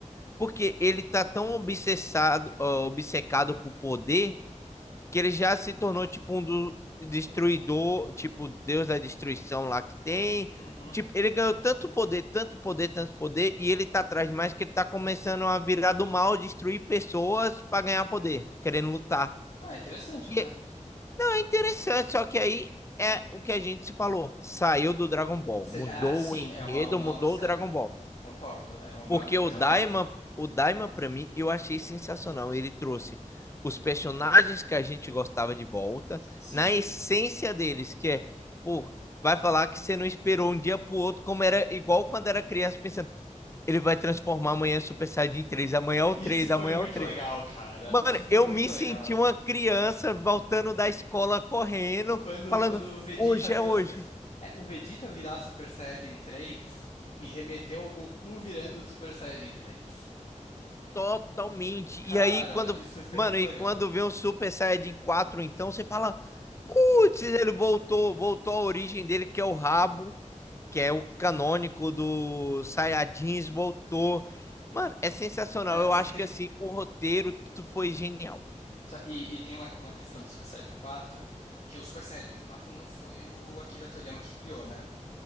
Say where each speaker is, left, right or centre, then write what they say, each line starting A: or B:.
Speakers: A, on the left (about 20°); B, on the left (about 55°).
A: porque ele tá tão obsessado, ó, obcecado por poder, que ele já se tornou tipo um do... destruidor, tipo Deus da destruição lá que tem.
B: Uhum.
A: Tipo, ele ganhou tanto poder, tanto poder, tanto poder, e ele tá atrás de mais que ele tá começando a virar do mal, destruir pessoas pra ganhar poder, querendo lutar.
B: Ah, interessante
A: E
B: até.
A: Interessante, só que aí é o que a gente se falou. Saiu do Dragon Ball,
B: Se-
A: mudou
B: Ah, sim,
A: o enredo,
B: é uma nova
A: mudou
B: série.
A: o Dragon Ball.
B: Concordo, é uma
A: Porque
B: coisa
A: o Daima,
B: nova.
A: o Daima para mim, eu achei sensacional. Ele trouxe os personagens que a gente gostava de volta,
B: Sim.
A: na essência deles, que é, pô, vai falar que você não esperou um dia pro outro, como era igual quando era criança, pensando, ele vai transformar amanhã Super Saiyajin três amanhã é o
B: Isso
A: três
B: foi
A: amanhã
B: muito
A: é o três
B: legal, cara.
A: Mano,
B: Isso foi
A: eu
B: muito
A: me
B: legal.
A: senti uma criança voltando da escola correndo,
B: Quando,
A: falando,
B: quando o Vegeta
A: hoje
B: vira
A: é hoje.
B: Super... É, o Vegeta virar Super Saiyajin três me remeteu ao Goku virando Super Saiyajin três.
A: Totalmente.
B: Cara,
A: E aí, quando.
B: isso foi
A: Mano,
B: muito
A: e
B: legal.
A: quando vê o Super Saiyajin quatro então, você fala, putz, ele voltou, voltou à origem dele, que é o rabo, que é o canônico do Saiyajins, voltou. Mano, é sensacional.
B: É,
A: Eu
B: só
A: acho
B: que tem,
A: que, assim, o roteiro, tudo foi genial.
B: só- e, e tem uma, uma questão do Super Saiyajin quatro, que o Super Saiyajin quatro não foi o Akira Toriyama que criou, né?